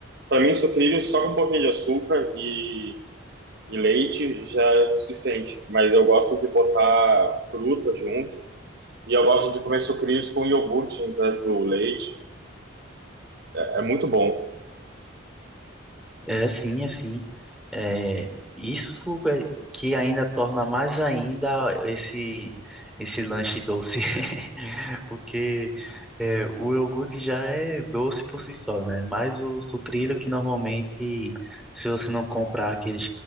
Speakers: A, on the right (about 50°); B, in the centre.
A: Para mim, sucrilhos só com um pouquinho de açúcar e, e leite já é o suficiente. Mas eu gosto de botar fruta junto. E eu gosto de comer sucrilhos com iogurte em vez do leite. É é muito bom.
B: É sim, é sim. É, isso é que ainda torna mais ainda esse esse lanche doce, <laughs> porque é, o iogurte já é doce por si só, né? Mas o sucrilho que normalmente, se você não comprar aqueles